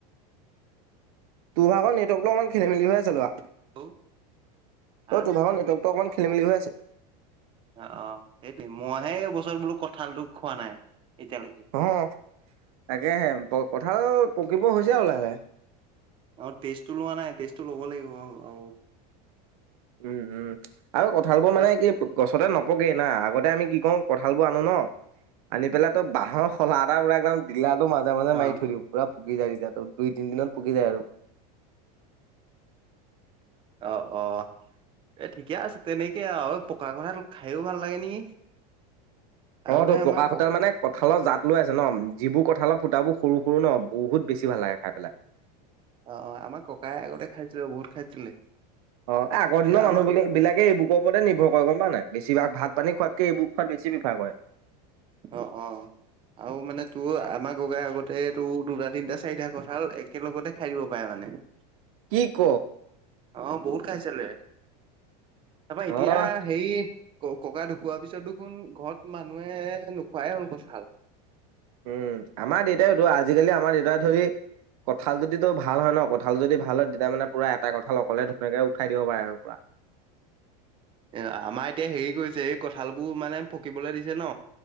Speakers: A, on the right (about 65°); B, on the right (about 25°).
A: তোৰ ভাগৰ নেটৱৰ্কতো অকমান খেলি মেলি হৈ আছে লআ
B: বস্তু হা
A: অ তোৰ ভাগৰ নেট ত অকমান খেলি মেলি হৈ আছে
B: অ অ সেইটোএ মইহে এইবছৰত বোলো কঁঠালটো খোৱা নাই এতিয়ালৈকে
A: অ তাকেহে কঠাল পকিব হৈছে আও লাহে লাহে
B: আৰু তেজটো লোৱা নাই তেজটো ল'ব লাগিব আৰু
A: উম উম আৰু কঁঠাল
B: তাৰপা
A: বোৰ মানে কি গছতে নপগে না আগতে আমি কি ক কঠাল বোৰ আনো ন আনি পেলাই তই বাহৰ খলা এটা বনাই একদম পিলা মাজ মাজ
B: অ
A: মিৰি পুৰা পুকি যায় তেতিয়া দুই তিন দিনত পুকি যায় আৰু
B: অ অ এ ঠিকে আছে তেনেকে আৰু পকা কঁঠাল খাইও ভাল লাগে নেকি আগতে
A: অ তোৰ পকা
B: আমাৰ ক
A: কঁঠাল মানে কঁঠালৰ জাত লৈ আছে ন যিবোৰ কঠালত ফুতাবোৰ সৰু সৰু ন বহুত বেছি ভাল লাগে খাই পেলাই
B: অ আমাৰ ককাই আগতে খাইছিলে বহুত খাইছিলে
A: অ এ আগৰ
B: এতিয়া
A: দিনৰ মানুহ
B: আমাৰ
A: বিলাক বিলাকে এই বুকৰ ওপতে নিৰ্ভৰ গম পা নাই বেছিভাগ ভাত পানী খোৱাতকে এইবোৰ খোৱাত বেছি প্ৰেফাৰ কৰে
B: অ অ আৰু মানে তোৰ আমাৰ গগাই আগতে তোৰ দুটা তিনটা চাৰিটা কঁঠাল একেলগতে খাই দিব পাৰে মানে নে
A: কি ক
B: অ বহুত খাইচিলে তাৰপা
A: হয়
B: এতিয়া হে ককা ঢুকোৱাৰ পিছত দেখোন ঘৰত মানুহে নোখোৱাই হ'ল কঁঠাল
A: উম আমাৰ দেউতাইতো আজিকালি আমাৰ দেউতাইটো হেই কঁঠাল যদি তো ভাল হয় ন কঁঠাল যদি ভাল হয় তেতিয়া মানে পুৰা এটা কঁঠাল অকলে ধুনীয়াকে উঠাই দিব পাৰে আৰু পুৰা
B: <inaudible> এ আমাৰ এতিয়া হেৰি কৰিছে এই কঁঠাল বোৰ মানে পকিবলৈ দিছে ন